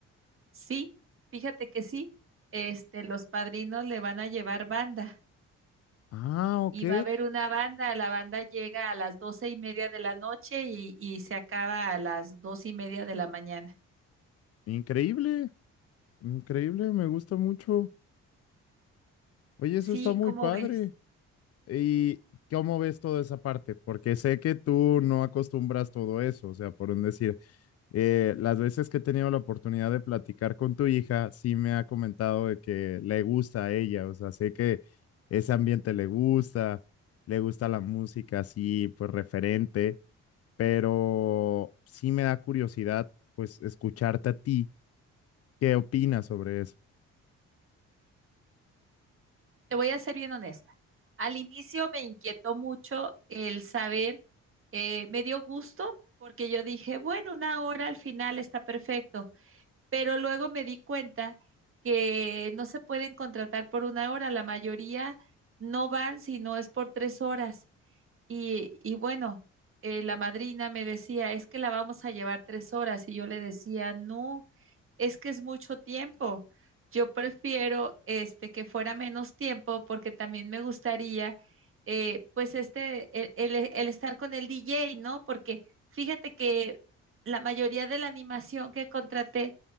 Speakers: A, on the right (about 45°); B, on the left (about 55°).
A: Sí, fíjate que sí, este, los padrinos le van a llevar banda
B: Ah, ok.
A: y va a haber una banda, la banda llega a las doce y media de la noche y, y se acaba a las dos y media de la mañana.
B: Increíble, increíble, me gusta mucho. Oye,
A: Sí,
B: eso está muy
A: ¿cómo
B: padre.
A: ves?
B: ¿Y cómo ves toda esa parte? Porque sé que tú no acostumbras todo eso, o sea, por un decir, eh, las veces que he tenido la oportunidad de platicar con tu hija, sí me ha comentado de que le gusta a ella, o sea, sé que ese ambiente le gusta, le gusta la música así, pues referente, pero sí me da curiosidad, pues, escucharte a ti, ¿qué opinas sobre eso?
A: Te voy a ser bien honesta. Al inicio me inquietó mucho el saber, eh, me dio gusto porque yo dije, bueno, una hora al final está perfecto pero luego me di cuenta que no se pueden contratar por una hora, la mayoría no van si no es por tres horas. Y, y bueno, eh, la madrina me decía, es que la vamos a llevar tres horas y yo le decía, no, es que es mucho tiempo. Yo prefiero este que fuera menos tiempo porque también me gustaría eh, pues este el, el- el estar con el DJ, ¿no? Porque fíjate que la mayoría de la animación que contraté